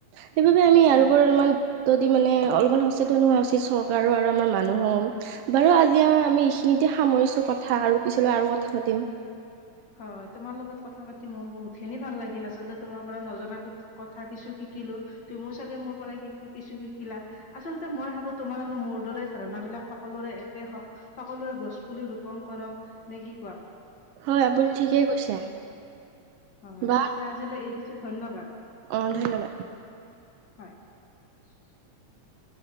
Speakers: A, on the right; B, on the left.
A: সেইবাবে আমি ইয়াৰ
B: হয়
A: ওপৰত অলমান <unintelligible> মানে অলপমান সচেতন হোৱা উচিত চৰকাৰো আৰু আমাৰ মানুহো বাৰু আজি আমি এইখিনি এতিয়া সামৰিছোঁ কথা আৰু পিছলৈ আৰু কথা পাতিম।
B: হয় তোমাৰ লগত কথা পাতি মোৰ বহুত খিনি ভাল লাগিল আচলতে তোম <unintelligible> পৰা নজনা কথা কিছু শিক শিকিলোঁ তুমিও চাগে মোৰ পৰাই কিশু কিছু শিকিলা, আচলতে মই ভাবো তোমাৰ আৰু মোৰ দৰে ধাৰণা বি <unintelligible> সকলোৰে একে সকলোৱে গছ পুলি ৰোপন কৰক নে কি কোৱা।
A: হয় আপুনি ঠিকে কৈছে।
B: হয়
A: বা
B: পিছে আজিলৈ এৰিছোঁ ধন্যবাদ।
A: অ ধন্যবাদ
B: হয়।